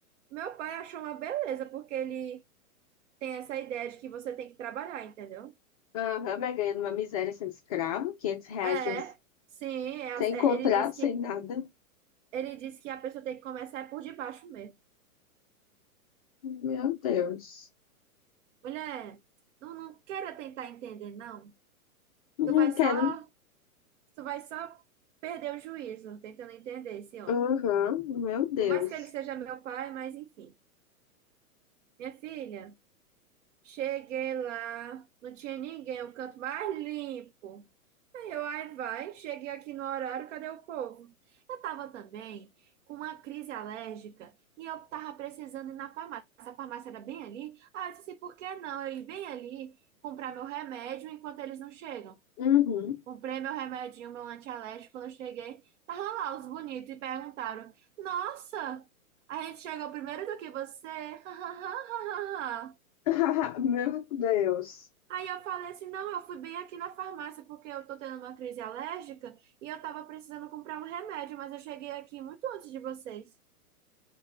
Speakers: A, on the right; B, on the left.
A: Meu pai achou uma beleza, porque ele tem essa ideia de que você tem que trabalhar, entendeu?
B: Aham, mas ganhando uma miséria sendo escravo, 500 reais
A: É,
B: sem
A: sim, é as-
B: sem
A: é-
B: contrato,
A: ele disse
B: sem
A: que
B: nada.
A: ele disse que a pessoa tem que começar é por debaixo mesmo.
B: Meu Deus.
A: Mulher, não, não queira tentar entender, não.
B: Não
A: Tu vai
B: quero.
A: só, tu vai só perder o juízo tentando entender esse homem.
B: Aham, meu Deus.
A: Por mais que ele seja meu pai, mas enfim. Minha filha. Cheguei lá, não tinha ninguém, o canto mais limpo. Aí eu, ai vai, cheguei aqui no horário, cadê o povo? Eu tava também com uma crise alérgica e eu tava precisando ir na farmácia. A farmácia era bem ali. Ah, eu disse, por que não eu ir bem ali comprar meu remédio enquanto eles não chegam?
B: Uhum.
A: Comprei meu remedinho, meu antialérgico. Quando eu cheguei, tava lá os bonitos e perguntaram: Nossa, a gente chegou primeiro do que você? <laughs>
B: <laughs> Meu Deus.
A: Aí eu falei assim, não, eu fui bem aqui na farmácia porque eu tô tendo uma crise alérgica e eu tava precisando comprar um remédio, mas eu cheguei aqui muito antes de vocês.